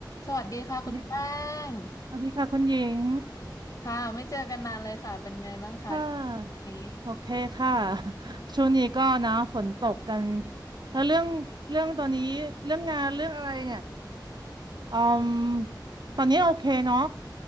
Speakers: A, on the left; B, on the right.
A: สวัสดีค่ะคุณแป้
B: สวัสดี
A: ง
B: สวัสดีค่ะคุณหญิง
A: ค่ะไม่เจอกันนานเลยค่ะเป็นไงบ้างคะช่วงนี้
B: ค่ะ โอเคค่ะ <laughs> ช่วงนี้ก็นะฝนตกกัน แล้วเรื่องเรื่องตอนนี้เรื่องงานเรื่องอะไรเนี่ยอืมตอนนี้โอเคเนาะ